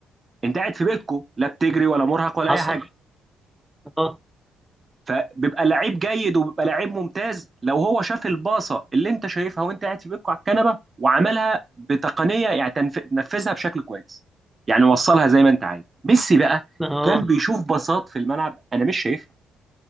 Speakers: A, on the right; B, in the centre.
A: انت قاعد في بيتكو لا بتجري ولا مرهق ولا
B: حصل
A: اي حاجه
B: اه
A: فبيبقى لعيب جيد وبيبقى لعيب ممتاز لو هو شاف الباصه اللي انت شايفها وانت قاعد في بيتكم على الكنبه وعملها بتقنيه يعني تنف- نفذها بشكل كويس يعني وصلها زي ما انت عايز ميسي بقى
B: اه
A: كان بيشوف باصات في الملعب انا مش شايفها